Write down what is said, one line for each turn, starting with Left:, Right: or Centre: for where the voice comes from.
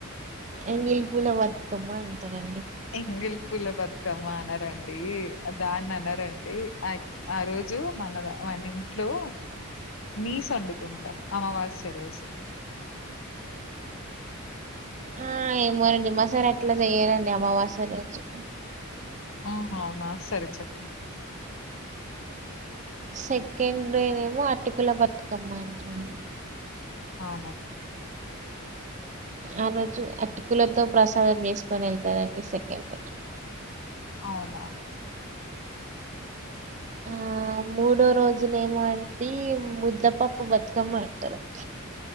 Right: ఎంగిలి పూల బతుకమ్మ అంటారండి
Left: ఎంగిలి పూల బతుకమ్మ అనరండి దాన్ని అనరండి ఆ యొ ఆ రోజు మన మన ఇంట్లో నీస్ వండుకుంటాం అమావాస్య రోజు
Right: ఆ ఏమోనండి మా సారి అట్లా చేయారండి అమావాస్య రోజు
Left: ఆ అవునా సరే చెప్ప
Right: సెకండ్ డే నేమో అటుకుల బతుకమ్మ అంటరండి
Left: అవునా
Right: ఆ రోజు అటుకులతో ప్రసాదం చేసుకొని వెళ్తారండి సెకండ్ రోజు
Left: అవునా
Right: ఆ మూడో రోజునేమో అండి ముద్దపప్పు బతుకమ్మ అంటారండి